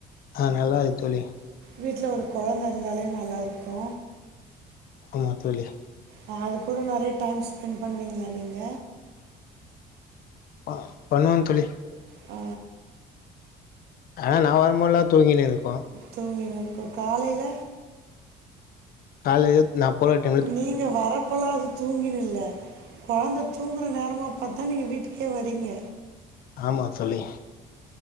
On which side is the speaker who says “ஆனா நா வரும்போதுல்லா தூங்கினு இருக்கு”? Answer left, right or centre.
Left